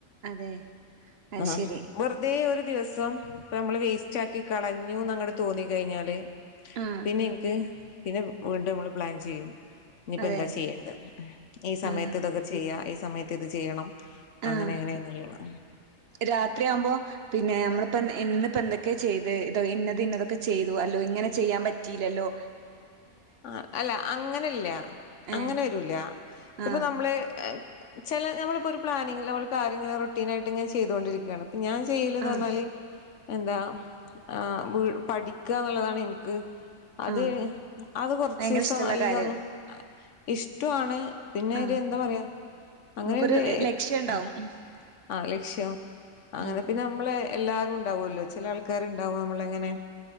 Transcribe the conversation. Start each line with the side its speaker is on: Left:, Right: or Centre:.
Right: അതെ അയ്
Left: ആഹ്
Right: ശെരി
Left: വെറുതെ ഒരു ദിവസം ഇപ്പം നമ്മള് വേസ്റ്റ്ആക്കി കളഞ്ഞു എന്ന് അങ്ങട് തോന്നി കഴിഞ്ഞാല്
Right: ആഹ്
Left: പിന്നെ എനിക്ക് പിന്നെ വീണ്ടും നമ്മള് പ്ലാൻ ചെയ്യും ഇനീപ്പോ
Right: അതെ
Left: എന്താ ചെയ്യേണ്ടത് ഈ സമയത്ത്
Right: ആഹ്
Left: ഇതൊക്കെ ചെയ്യാം ഈ സമയത്ത് ഇത് ചെയ്യണം അങ്ങനെ
Right: ആഹ്
Left: എങ്ങനെയാന്നുള്ളത്
Right: രാത്രിയാവുമ്പോ പിന്നെ നമ്മളിപ്പോ ഇന്ന് എന്തൊക്കെ ചെയ്ത് ഇത് ഇന്നത് ഇന്നതൊക്കെ ചെയ്തു അല്ലോ ഇങ്ങനെ ചെയ്യാൻ പ റ്റീലല്ലോ
Left: ആഹ് അല്ല അങ്ങനല്ല അങ്ങനെ
Right: ഏഹ്
Left: വരൂല ഇപ്പൊ
Right: ആഹ്
Left: നമ്മള് ചില നമ്മളിപ്പോ ഒരു പ്ലാനിങ്ങില് നമ്മള് ഒരു കാര്യങ്ങൾ റൊട്ടീനായിട്ട് ഇങ്ങനെ ചെയ്തുകൊണ്ടിരിക്കുകയാണ് ഞാൻ ചെയ്യലന്ന്
Right: ആഹ്
Left: പറഞ്ഞാല് എന്താ ആഹ് പഠിക്കുക എന്നുള്ളതാണ് എനിക്ക് അത്
Right: ആഹ്
Left: അത് കൊറച്ച്
Right: ഭയങ്കര
Left: ദിവസം
Right: ഇഷ്ടമുള്ള
Left: അല്ലെങ്കിൽ
Right: കാര്യം
Left: ഒന്ന് ഇഷ്ടവാണ് പിന്നെ
Right: ആഹ്
Left: ഒരു എന്താ പറയാ അങ്ങനെ
Right: നമുക്കൊരു
Left: ഒരു
Right: ലക്ഷ്യം ഉണ്ടാവും
Left: ആഹ്
Right: ഉം
Left: ആഹ് ലക്ഷ്യം അങ്ങനെ
Right: ഉം
Left: പിന്നെ നമ്മള് എല്ലാരും ഉണ്ടാവോല്ലോ ചില ആൾക്കാര് ഉണ്ടാവും നമ്മള് ഇങ്ങനെ